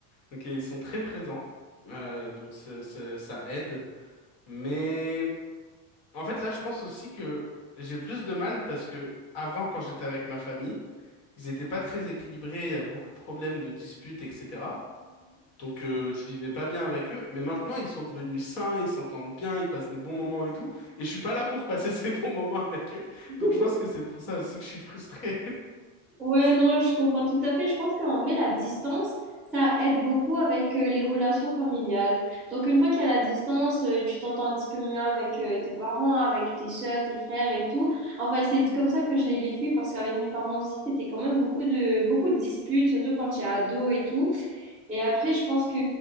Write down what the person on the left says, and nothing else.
Donc euh, ils sont très présents, euh, donc ça ça- ça aide. Mais en fait, là, je pense aussi que j'ai plus de mal parce que avant, quand j'étais avec ma famille, ils n'étaient pas très équilibrés, il y avait beaucoup de problèmes, de disputes, etc. Donc, euh, je vivais pas bien avec eux. Mais maintenant, ils sont devenus sains, ils s'entendent bien, ils passent des bons moments et tout. Et je suis pas là pour passer <laughs> ces bons moments avec eux.
Donc, je pense que c'est pour ça aussi que je suis frustré.